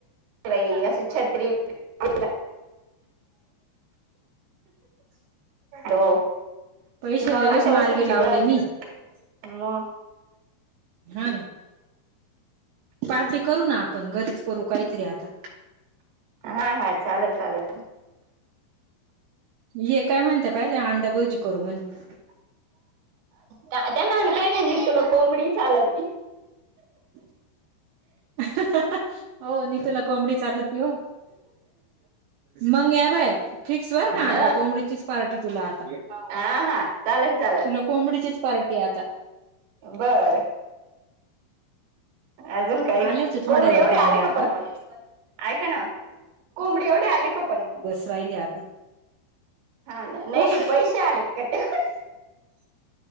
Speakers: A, on the right; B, on the right.
A: बाई,, अस छत्रीऽ उ हो,,
B: पैसे
A: मग
B: लगेच
A: अशा
B: मार्गी
A: वस्तूची
B: लावले
A: गरज
B: मी
A: आहे. मऽ
B: हा,, ना, पार्टी करू ना आपण, घरीच करू, काहीतरी आता.
A: हा हा,, चालेल चालेल.
B: ये काय म्हणत्या पहिले अंडाभुरजी करू म्हणे
A: त्यांना काय नाही तुला कोंबडी चालत नाही
B: <unintelligible> हो नी तुला कोबडी चालत नी हो मंग या बाय,, फिक्स बर का
A: अ
B: आता,, कोंबडीचीच पार्टी तुला आता.
A: हा हा,, चालेल चालेल.
B: तुला कोबडीचीच पार्टी आता.
A: बर. अजून काही,,
B: आल्याच थोड्यावर
A: कोंबडी एवढे
B: कोंबड्या
A: आले का
B: आता
A: पण मग,, ऐ का ना. कोंबडी एवड आले का पण म.
B: राहिली आता
A: हा ना नाही
B: कोंब
A: नाही पैसे आले का ते